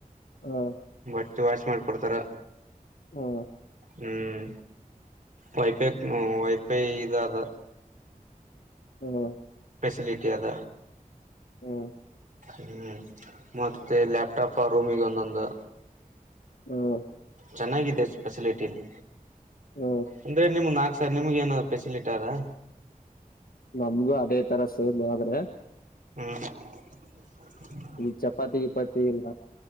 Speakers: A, on the left; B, on the right.
A: ಹಾ
B: ಬಟ್ಟ ವಾಶ್ ಮಾಡ್ಕೊಡ್ತಾರ
A: ಹಾ
B: ಹ್ಮ್ ವೈಫೈ ವೈಫೈ ಇದ ಅದ
A: ಹ್ಮ
B: ಸಲಿಟಿಯ ಅದ
A: ಹಾ
B: ಹ್ಮ್ ಮತ್ತೆ ಲ್ಯಾಪ್ಟಾಪ್ ರೂಮ್ಗ ಒಂದೊಂದು
A: ಹ
B: ಚೆನ್ನಾಗಿದೆ ಫೆಸಿಲಿಟೀಲಿ
A: ಹ್ಮ
B: ಅಂದ್ರೆಮ್ ನಾಲ್ಕ್ ಸರ್ ನಿಮ್ಗೆ ಏನ ೆಸಿಲಿಟಿ ಅಾ
A: ನಮ್ಗೂ ಅದೇ ತರ ಸೇಮ್ ಆದ್ರೆ
B: ಹ್ಮ್ <inaudible>
A: ಇಲ್ಲಿ ಚಪಾತಿಗೀಪಾತಿ ಇಲ್ಲ